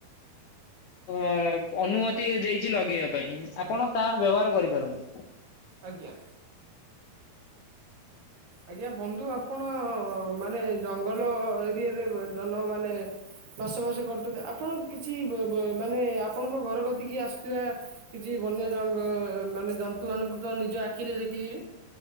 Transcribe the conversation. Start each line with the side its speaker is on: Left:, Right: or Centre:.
Left: ଅ ଅନୁମତି ଦେଇଚି ଲଗେଇବା ପାଇଁ ଆପଣ ତାହା ବ୍ୟବହାର କରିପାରନ୍ତି।
Right: ଆଜ୍ଞା। ଆଜ୍ଞା ବନ୍ଧୁ ଆପଣ ମାନେ ଜଙ୍ଗଲ ଏରିଆରେ ଜନ ମାନେ ମାସ ମାସ କରଚନ୍ତି ଆପଣ କିଛି ମାନେ ଆପଣଙ୍କ ଘର କତିକି ଆସୁଥିବା କିଛି ବନ୍ୟ ଜ ମାନେ ଜନ୍ତୁମାନଙ୍କୁ ତ ନିଜ ଆଖିରେ ଦେଖିବି।